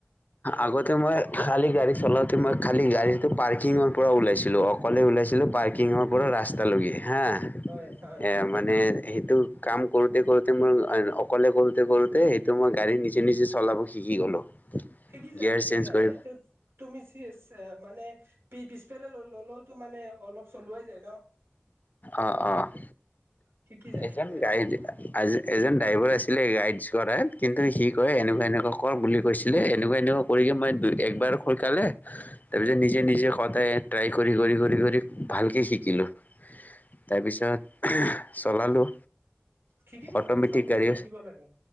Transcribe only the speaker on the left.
আগতে মই খালি গাড়ী চলাওঁতে মই খালী গাড়ীতটো পাৰ্কিঙৰ পৰা ওলাইছিলো অকলে ওলাইছিলো প্কিঙৰ পৰা ৰাস পাঁচ্তালে হা,
এ মানে সেইটো কাম কৰোতে কৰোতে মই অকলে কৰোতে কৰোতে সেইটো মই গাড়ী নিজে নিজে চলাব শিকি কি গলো।
গিয়াৰ
চেঞ্জ
কৰি
অ', অ'।
এজন
গাইড এজন ড্ৰাইভাৰ আছিলে গাইডছ কৰাত কিন্তু সি কয় এনেকুৱা এনেকুৱা কৰ বুলি কৈছিলে এনেকুৱা এনেকুৱা কৰি মই দুইটা একবাৰ খোলকালে। তাৰপিছত
নিজে নিজে সদায় ট্ৰাই কৰি কৰি, কৰি কৰি ভালকে শিকিলোঁ। তাৰপিছত চলালোঁ।
অট'মেটিক
গাড়ী